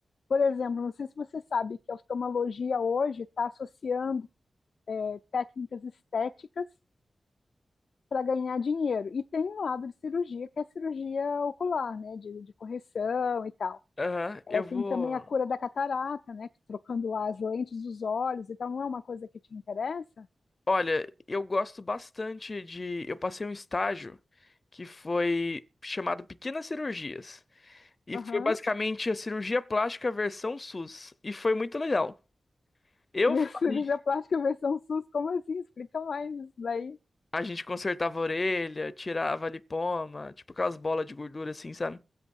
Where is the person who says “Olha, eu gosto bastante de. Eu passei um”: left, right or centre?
Left